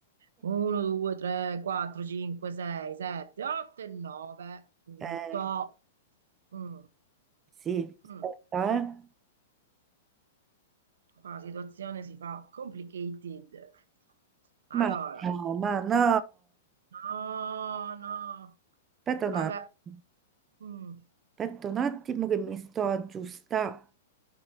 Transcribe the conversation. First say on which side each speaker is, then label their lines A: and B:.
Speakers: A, on the right; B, on the right.
A: 1, 2, 3, 4, 5, 6, 7, 8 e 9. Punto.
B: Eh,
A: Mm,
B: sì,
A: mm.
B: aspetta, eh.
A: Qua la situazione si fa complicated. Allora,
B: Ma no, ma no.
A: no, no.
B: Aspetta
A: Vabbè.
B: un attimo,
A: Mm.
B: aspetta un attimo che mi sto aggiustando